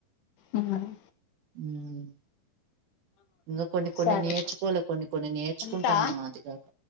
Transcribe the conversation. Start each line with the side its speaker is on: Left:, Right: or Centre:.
Left: అవును మరి
Right: మ్ ఇంక కొన్ని కొన్ని
Left: సరే
Right: నేర్చుకోవాలి కొన్ని కొన్ని నేర్చుకుంటున్నా
Left: ఉంటా
Right: అది కాక